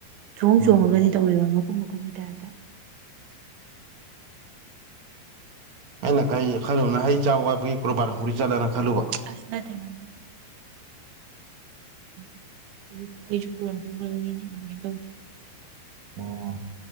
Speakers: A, on the right; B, on the right.
A: ꯆꯣꯡ
B: ꯎꯝ
A: ꯆꯣꯡꯉꯒꯗꯤ ꯇꯧꯕ ꯃꯀꯨꯝ ꯃꯀꯨꯝꯒꯤ ꯇꯥꯏꯔꯞꯇ
B: ꯑꯩꯅ ꯀꯩ ꯈꯜꯂꯨꯕꯅ ꯍꯩ ꯆꯥꯕ ꯋꯥꯠꯄꯒꯤ ꯀ꯭ꯔꯣꯔꯕꯥꯟ ꯍꯨꯔꯤ ꯆꯠꯂꯅ ꯈꯜꯂꯨꯕ
A: ꯑꯁ ꯅꯠꯇꯦ ꯅꯠꯇꯦ <unintelligible> ꯑꯩꯁꯨ ꯑꯩꯁꯨ ꯀꯨꯔꯣꯟ ꯍꯨꯔꯕ ꯃꯤꯅꯦ ꯑꯗꯨꯃꯥꯏꯅ ꯇꯧꯗꯦ
B: ꯑꯣ